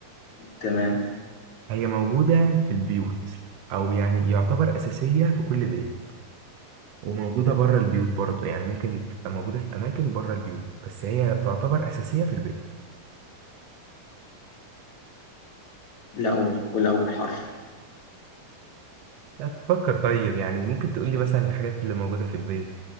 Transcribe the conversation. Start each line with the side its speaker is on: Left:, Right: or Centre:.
Left: تمام
Right: هي موجودة في البيوت أو يعني يعتبر أساسية في كل بيت وموجودة بره البيوت برضه يعني ممكن تبقى موجودة في أماكن بره البيوت بس هي تعتبر أساسية في البيت
Left: لا قول قول اول حرف
Right: لا تفكر طيب يعني ممكن تقولي مثلا الحاجات اللي موجودة في البيت